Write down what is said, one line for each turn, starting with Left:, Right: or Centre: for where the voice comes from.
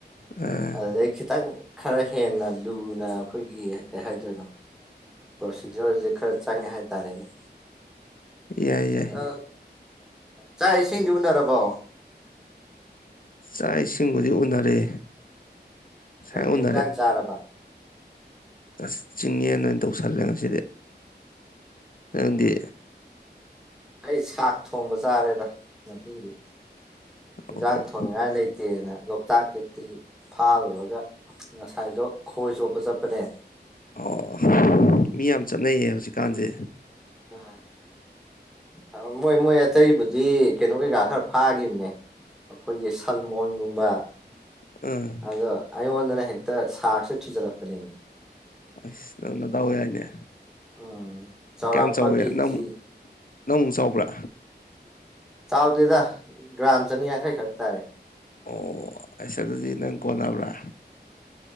Left: ꯑꯥ
Centre: ꯑꯗꯨꯗꯩ ꯈꯤꯇꯪ ꯈꯔ ꯍꯦꯟꯅ ꯂꯨꯅ ꯑꯩꯈꯣꯏꯒꯤ ꯀꯩ ꯍꯥꯏꯗꯣꯏꯅꯣ ꯄ꯭ꯔꯣꯁꯤꯖꯔꯁꯦ ꯈꯔ ꯆꯪꯉꯦ ꯍꯥꯏꯇꯥꯔꯦꯅꯦ
Left: ꯌꯥꯏ ꯌꯥꯏ
Centre: ꯑ, ꯆꯥꯛ ꯏꯁꯤꯡꯗꯤ ꯎꯅꯔꯕꯣ
Left: ꯆꯥꯛ ꯏꯁꯤꯡꯕꯨꯗꯤ ꯎꯅꯔꯦ ꯉꯁꯥꯏ
Centre: ꯀꯩꯀꯩ
Left: ꯎꯅꯔꯦ
Centre: ꯌꯦꯟꯖꯥꯡ ꯆꯥꯔꯕ
Left: ꯑꯁ ꯆꯤꯡꯉꯦ ꯅꯣꯏ ꯇꯧꯁꯜꯂꯦ ꯉꯁꯤꯗꯤ ꯅꯪꯗꯤ
Centre: ꯑꯩ ꯁꯥꯛ ꯊꯣꯡꯕ ꯆꯥꯔꯦꯗ ꯉꯁꯤꯒꯤꯗꯤ ꯏꯟꯁꯥꯡ
Left: ꯑꯣ
Centre: ꯊꯣꯡꯅꯤꯉꯥꯏ ꯂꯩꯇꯦꯅ ꯂꯣꯛꯇꯥꯛ ꯂ‌ꯦꯛꯇꯒꯤ ꯐꯥꯔꯨꯔꯒ ꯉꯁꯥꯏꯗꯣ ꯈꯣꯏ ꯆꯣꯞꯄ ꯆꯠꯄꯅꯦ
Left: ꯑꯣ ꯃꯤ ꯌꯥꯝ ꯆꯠꯅꯩꯌꯦ ꯍꯧꯖꯤꯛꯀꯥꯟꯁꯦ
Centre: ꯑꯥ ꯑꯗꫭ ꯃꯣꯏ ꯃꯣꯏ ꯑꯇꯩꯕꯨ ꯀꯩꯅꯣ ꯀꯩꯀꯥ ꯈꯔ ꯐꯥꯈꯤꯕꯅꯦ ꯑꯩꯈꯣꯏꯒꯤ ꯁꯜꯃꯣꯟꯒꯨꯝꯕ
Left: ꯑꯥ
Centre: ꯑꯗꯣ ꯑꯩꯉꯣꯟꯗꯅ ꯍꯦꯛꯇ ꯁꯥꯔꯛꯁꯦ ꯊꯨꯖꯜꯂꯛꯄꯅꯦꯃꯤ
Left: ꯑꯁ ꯅꯪꯅꯗꯥꯎ ꯌꯥꯏꯅꯦ
Centre: ꯎꯝ ꯆꯥꯎꯔꯥꯛꯄ
Left: ꯀꯌꯥꯝ ꯆꯥꯎꯋꯒ‌ꯦ
Centre: ꯀꯦꯖꯤ
Left: ꯅꯪꯃꯨꯛ ꯅꯪ ꯑꯃꯨꯛ ꯆꯥꯎꯕ꯭ꯔꯥ
Centre: ꯆꯥꯎꯗꯦꯗ ꯒ꯭ꯔꯥꯝ ꯆꯅꯤꯌꯥꯡꯈꯩ ꯈꯛ ꯇꯥꯏ
Left: ꯑꯣ ꯑꯩꯁ ꯑꯗꯨꯗꯤ ꯅꯪ ꯀꯣꯟꯅꯕ꯭ꯔꯥ